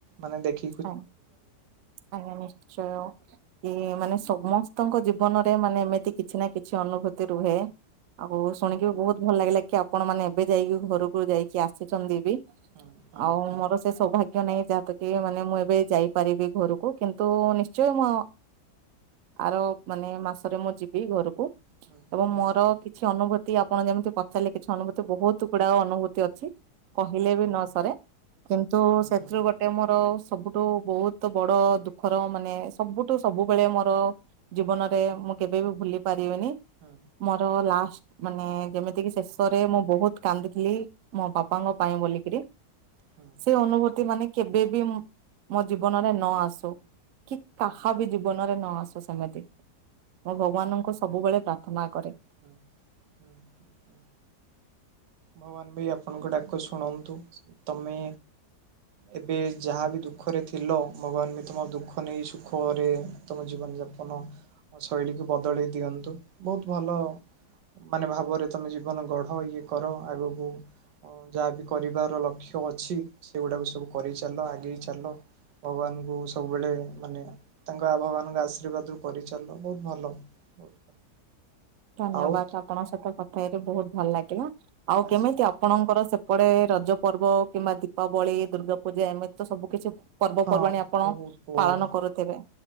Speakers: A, on the right; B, on the right.
A: ମାନେ ଦେଖ
B: ହ ଆଜ୍ଞା ନିଶ୍ଚୟ। କି ମାନେ ସମସ୍ତଙ୍କ ଜୀବନରେ ମାନେ ଏମିତି କିଛି ନା କିଛି ଅନୁଭୂତି ରୁହେ। ଆଉ ଶୁଣିକି
A: ହୁଁ
B: ବି ବହୁତ ଭଲ ଲାଗିଲା କି ଆପଣ ମାନେ ଏବେ ଯାଇକି ଘରକୁ ଯାଇକି ଆସିଛନ୍ତି ବି।
A: ହୁଁ ହୁଁ
B: ଆଉ ମୋର ସେ ସୌଭାଗ୍ୟ ନାହିଁ ଯାହାକୁ କି ମାନେ ମୁଁ ଏବେ ଯାଇପାରିବି ଘରକୁ କିନ୍ତୁ ନିଶ୍ଚୟ ମୋ ଆର ମାନେ ମାସରେ ମୁଁ ଯିବି ଘରକୁ।
A: ହୁଁ
B: ଏବଂ
A: ହୁଁ
B: ମୋର କିଛି ଅନୁଭୂତି ଆପଣ ଯେମିତି ପଚାରିଲେ କିଛି ଅନୁଭୂତି ବହୁତ ତୁ ଗୁଡାଏ ଅନୁଭୂତି ଅଛି କହିଲେ ବି
A: ହୁଁ ହୁଁ ହୁଁ
B: ନ ସରେ କିନ୍ତୁ ସେଥିରୁ
A: ହୁଁ
B: ଗୋଟେ ମୋର ସବୁଠୁ ବହୁତ ବଡ ଦୁଃଖର ମାନେ ସବୁ ଠୁ ସବୁବେଳେ ମୋର ଜୀବନରେ ମୁଁ କେବେ ବି ଭୁଲି ପାରିବିନି।
A: ହଁ।
B: ମୋର ଲାଷ୍ଟ ମାନେ ଯେମିତିକି ଶେଷରେ ମୁଁ ବହୁତ କାନ୍ଦିଥିଲି। ମୋ ବାପାଙ୍କ ପାଇଁ ବୋଲିକିରି।
A: ହଁ।
B: ସେ ଅନୁଭୂତି ମାନେ କେବେ ବିି ମୋ ଜୀବନରେ ନ ଆସୁ କି କାହା ବି ଜୀବନରେ ନ ଆସୁ। ସେମିତି ମୁଁ ଭଗବାନଙ୍କୁ ସବୁବେଳେ ପ୍ରାର୍ଥନା କରେ।
A: ହୁଁ ହୁଁ ହଁ। ଭଗବାନ ଭି ଆପଣଙ୍କ ଡାକ ଶୁଣନ୍ତୁ ତମେ
B: <inaudible>
A: ଏବେ ଯାହାବି ଦୁଃଖରେ ଥିଲ ଭଗବାନ ବି ତୁମ ଦୁଃଖ ନେଇ ସୁଖରେ ତୁମ ଜୀବନଯାପନ ଶୈଳୀକୁ ବଦଳେଇ ଦିଅନ୍ତୁ ବହୁତ ଭଲ ମାନେ ଭାବରେ ତମେ ଜୀବନ ଗଢ ଇଏ କର ଆଗକୁ ଆଉ ଯାହା ବିି କରିବାର ଲକ୍ଷ୍ୟ ଅଛି ସେଗୁଡାକୁ ସବୁ କରିଚାଲ ଆଗେଇ ଚାଲ। ଭଗବାନଙ୍କୁ ସବୁବେଳେ ମାନେ ତାଙ୍କ ଆଭା ଭଗବାନଙ୍କ ଆଶୀର୍ବାଦରୁୁ କରିଚାଲ ବହୁତ ଭଲ। ବହୁତ ଭଲ
B: ଧନ୍ୟବାଦ
A: ଆଉ
B: ଆପଣଙ୍କ ସହିତ କଥା ହେଇକି ବହୁତ ଭଲ ଲାଗିଲା ଆଉ କେମିତି
A: ଆଚ୍ଛା
B: ଆପଣଙ୍କର ସେ ପଡେ ରଜ ପର୍ବ କିମ୍ବା ଦୀପାବଳି ଦୁର୍ଗାପୂଜା ଏମିତି ତ ସବୁ କିଛି ପର୍ବପର୍ବାଣିୀ
A: ହଁ
B: ଆପଣ
A: ବହୁତ ବହୁତ
B: ପାଳନ କରୁଥିବେ